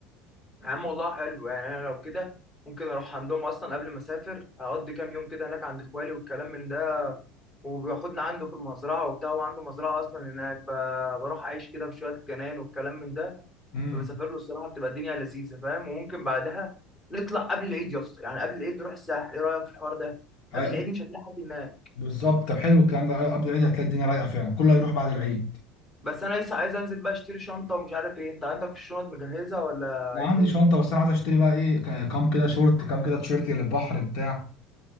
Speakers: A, on the left; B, on the left.
A: يا عم والله حلو يعني انا لو كده ممكن اروح عندهم اصلا قبل ما اسافر اقضي كام يوم كده هناك عند اخوالي والكلام من ده وبياخدنا عنده في المزرعه وبتاع وعنده مزرعه اصلا هناك فبروح اعيش كده في شويه الجنان والكلام من ده
B: امم
A: بسافر له الصراحه بتبقى الدنيا لذيذه فاهم وممكن بعدها نطلع قبل العيد يا اسطى يعني قبل العيد نروح الساحل ايه رايك في الحوار ده
B: عي-
A: قبل العيد مش هتلاقي حد هناك
B: بالظبط طب حلو الكلام ده قبل العيد هتلاقي الدنيا رايقة فعلا كله هيروح بعد العيد
A: بس انا لسه عايز انزل بقى اشتري شنطه ومش عارف ايه انت عندك الشنط مجهزه ولا
B: ما
A: ايه الدنيا
B: عندي شنطة بس أنا عايز أشتري بقى إيه ك- كام كده شورت كام كده تيشيرت للبحر بتاع